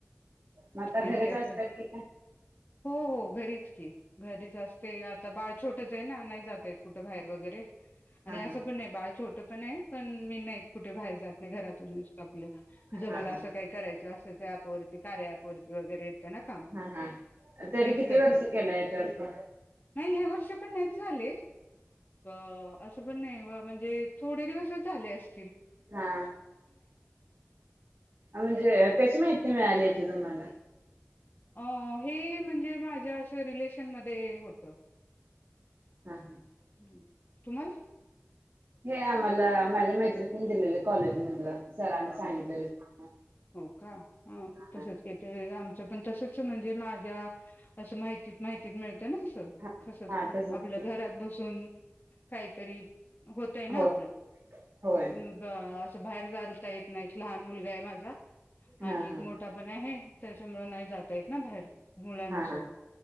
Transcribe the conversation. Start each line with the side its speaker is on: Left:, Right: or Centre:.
Right: म आता घरीच
Left: आणि काय
Right: असताय
Left: तर
Right: की काय?
Left: हो हो घरीच की घरीच असते आता बाळ छो त्याच्या हयने आणाय जातेत कुठे बाहेर वगैरे. आणि
Right: हा हा
Left: असं बाळ छोटं ने पण मी नाही कुठे बाहेर जात नाही घरातूनच आपलं जमेल
Right: हा
Left: असं काही करायच असायल ॲप वरती कार्यावरती वगैरे येत ना काम
Right: हा हा हा तरी
Left: तेच
Right: किती
Left: करते
Right: वर्ष केला याच्यावरती
Left: नाही लई वर्ष पण नाही झालेत अ. असं पण नाही वो म्हणजे थोडे दिवसचं झाले अस
Right: हा म्हणजे कशी माहिती मिळाली याची तुम्हाला?
Left: अ हे म्हणजे माझ्या अं रिलेशनमध्ये होत.
Right: हा हा
Left: हम तुम्हाला.
Right: हे आम्हाला माझ्या मैत्रित न दिलेले कॉलेज मधलं सरांनी सांगितलेले
Left: हो का ह
Right: <unintelligible>
Left: तसच <unintelligible> पण तसच म्हणजे माझ्या, अस माहिती माहिती मिळतं‌. त्यांना कसं
Right: हा
Left: तसंच
Right: हा तसच
Left: आपल्या
Right: की
Left: घरात बसून. काहीतरी होतय ना.
Right: होय होय
Left: मुदा हा असं बाहेर जालता येत नाही. लहान मुलगा आहे माझा. आणि
Right: हा
Left: एक
Right: हा
Left: मोठा पण आहे त्याच्यामुळे नाही जाता येत ना बाहेर. मुलांना
Right: हा
Left: सोडून,
Right: हा